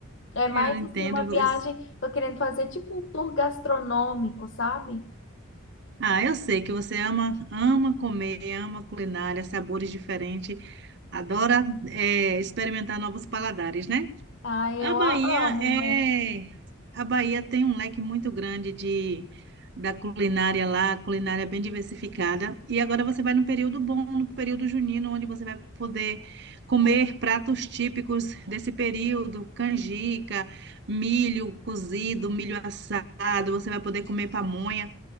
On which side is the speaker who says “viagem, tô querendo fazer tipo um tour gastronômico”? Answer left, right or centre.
Left